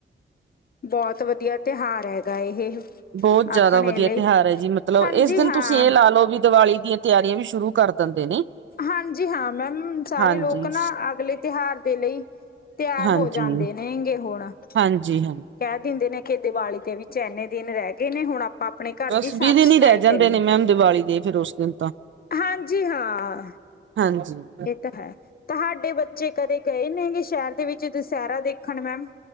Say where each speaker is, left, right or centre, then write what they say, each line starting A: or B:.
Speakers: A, on the left; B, on the right.
A: ਬੋਤ ਵਧੀਆ ਤਿਉਹਾਰ ਹੈਗਾ ਇਹ।
B: ਬੋਤ ਜ਼ਿਆਦਾ
A: ਆਪਣੇ
B: ਵਧੀਆ
A: ਲਈ
B: ਤਿਉਹਾਰ ਹੈ ਜੀ, ਮਤਲਬ
A: ਹਾਂਜੀ
B: ਇਸ ਦਿਨ
A: ਹਾਂ
B: ਤੁਸੀਂ ਇਹ ਲਾ ਲਓ ਵੀ ਦੀਵਾਲੀ ਦੀ ਤਿਆਰੀਆਂ ਵੀ ਸ਼ੁਰੂ ਕਰ ਦਿੰਦੇ ਨੇ।
A: ਹਾਂਜੀ ਹਾਂ ਮੈਮ ਸਾਰੇ
B: ਹਾਂਜੀ,
A: ਲੋਕ ਨਾ ਅਗਲੇ ਤਿਉਹਾਰ ਦੇ ਲਈ ਤਿਆਰ
B: ਹਾਂਜੀ,
A: ਹੋ ਜਾਂਦੇ ਨੇਗੇ ਹੁਣ।
B: ਹਾਂਜੀ -ਹਾਂ-
A: ਕਹਿ ਦਿੰਦੇ ਨੇ ਕੇ ਦਿਬਾਲੀ ਤੇ ਵਿਚ ਐਨੇ ਦਿਨ ਰਹਿ ਗਏ ਨੇ ਹੁਣ। ਆਪਾਂ ਆਪਣੇ ਘਰ
B: ਬਸ
A: ਦੀ ਸਾਫ਼
B: ਵੀਹ ਦਿਨ
A: ਸਫ਼ਾਈ
B: ਹੀ ਰਹਿ ਜਾਂਦੇ
A: ਕਰੀਏ
B: ਨੇ ਮੈਮ ਦੀਵਾਲੀ ਦੇ ਫੇਰ ਉਸ ਦਿਨ ਤਾਂ
A: ਹਾਂਜੀ ਹਾਂ।
B: ਹਾਂਜੀ।
A: ਤੇ ਹੈ ਤੁਹਾਡੇ ਬੱਚੇ ਕਦੇ ਗਏ ਨੇ ਗੇ ਸ਼ਹਿਰ ਦੇ ਵਿੱਚ ਦੁਸਹਿਰਾ ਦੇਖਣ ਮੈਮ।